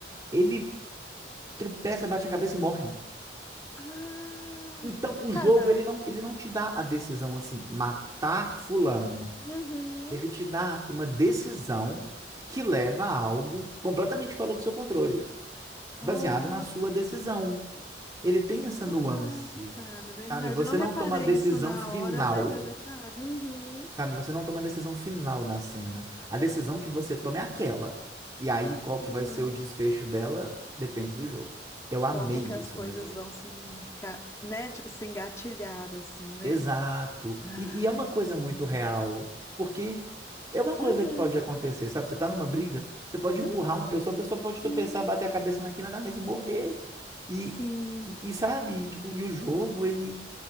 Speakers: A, on the right (about 20°); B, on the left (about 15°).
A: ele tropeça, bate a cabeça e morre.
B: Ah.
A: Então o
B: Cara.
A: jogo, ele não, ele não te dá a decisão assim, matar fulano.
B: Uhum.
A: Ele te dá uma decisão que leva a algo completamente fora do seu controle,
B: Oh,
A: baseado na sua decisão. Ele tem essa nuance,
B: verdade, cara. Verdade.
A: sabe? Você
B: Não reparei
A: não toma a decisão
B: isso na
A: final.
B: hora, mas é verdade. Uhum.
A: Sabe, você não toma a decisão final da cena. A decisão que você toma é aquela. E aí, qual
B: Uhum.
A: que vai ser o desfecho dela, depende do jogo. Eu
B: como
A: amei
B: que as
A: isso
B: coisas
A: no jogo.
B: vão se, enga- né? Tipo, se engatilhar, assim, né?
A: Exato.
B: Ai,
A: E, e é uma coisa muito
B: sim.
A: real, porque é uma coisa
B: Uhum,
A: que pode acontecer, sabe? Você tá numa briga, você pode empurrar
B: uhum,
A: uma pessoa, a pessoa pode tropeçar,
B: sim.
A: bater a cabeça na quina da mesa e morrer. E,
B: sim.
A: e, e sabe, tipo, e o jogo, ele,